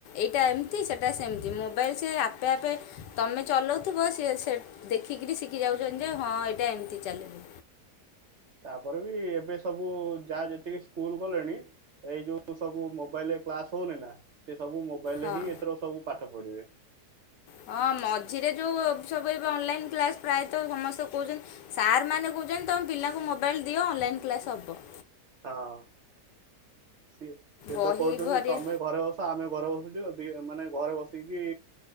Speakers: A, on the left; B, on the right.
A: ଏଇଟା ଏମିତି ସେଇଟା ସେମିତି ମୋବାଇଲ୍ ସେ ଆପେ ଆପେ ତମେ ଚଲାଉଥିବ ସେ ସେ ଦେଖିକରି ଶିଖି ଯାଉଛନ୍ତି ଯେ ହଁ ଏଇଟା ଏମିତି ଚାଲିବ।
B: ତାପରେ ବି ଏବେ ସବୁ ଯାହା ଯେତିକି ସ୍କୁଲ ଗଲେଣି ଏଇ ଯୋଉ ସବୁ ମୋବାଇଲ୍ ରେ କ୍ଲାସ ହଉନି ନା ସେ ସବୁ ମୋବାଇଲ୍
A: ହଁ
B: ରେ ହିଁ ଏଥିର ସବୁ ପାଠ ପଢିବେ।
A: ହଁ ମଝିରେ ଯେଉଁ ସବୁ ଏବେ ଅନଲାଇନ୍ କ୍ଲାସ୍ ପ୍ରାୟତଃ ସମସ୍ତେ କହୁଛନ୍ତି ସାର୍ ମାନେ କହୁଛନ୍ତି ତୁମେ ପିଲାଙ୍କୁ ମୋବାଇଲ୍ ଦିଅ ଅନଲାଇନ୍ କ୍ଲାସ୍ ହବ।
B: ହଁ। ସିଏ ସିଏ
A: ବହି
B: ତ କହୁଛନ୍ତି
A: ଭରି
B: ତମେ ଘରେ ଅ ଆମେ ଘରେ ବସୁଛୁ ମାନେ ଘରେ ବସିକି